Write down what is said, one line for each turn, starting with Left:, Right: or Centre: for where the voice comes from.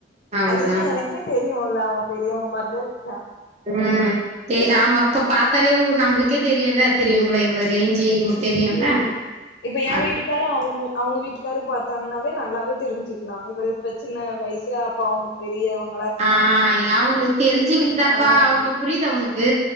Right: அவ்ளோதா
Left: அது என்னா எனக்கே தெரியுல்ல அவங்க பெரியவங்க மாரிதா இருக்கு
Right: உம் ஆமா அப்ப பாத்தாலே உ நம்மளுக்கே தெரியுல இவ்ங்கள இவ்ளோ ரேஞ்சு உங்ளுக் தெரியுல்ல
Left: ம் இப்ப என்
Right: அது
Left: வீட்டுக்காரு அவரு அவங்க வீட்டுக்காரு பாத்தாங்கன்னாவே நல்லாவே தெரிஞ்சுக்கலா இவரு இப்ப சின்ன வயசு அப்ப அவங்க பெரியவங்க
Right: ஆஹ் அவுங்களுக்கு தெரிஞ்சுகின்னுதாப்பா
Left: ஆ
Right: அவங்க புரியுதா உனக்கு